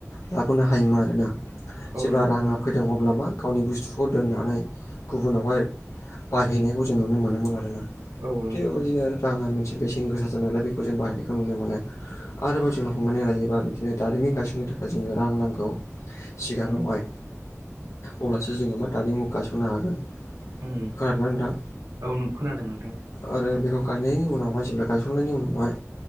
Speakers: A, on the left (about 75°); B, on the right (about 85°).
A: लाबोनो हायोमोन आरोना
B: औ
A: जेब्ला
B: नंगौ
A: राङा
B: नोंथां
A: फैदों अब्ला मा गावनि बुस्थुखौ दोननानै गुबुनावहाय बाहैनायखौ जों नुनो मोनोमोन आरोना
B: औ नंगौ
A: थिग बेबायदिनो राङा मोनसे बेसेन गोसा जानायालाय बेखौ जों बाहायनायखौ नुनो मोनो। आरोबाव जोंनो हमनानै लायोबा बिदिनो दारिमिन गायसननो थाखाय जोंनो रां नांगौ। सिगाङावहाय
B: उम
A: अब्लासो जोङो मा दारिमु गायसननो हागोन।
B: उम
A: खोनादों ना नोंथां?
B: औ नों खोनादों नोंथां
A: आरो बेखौ गायनायनि उनावहाय जेब्ला गायसननायनि उनावहाय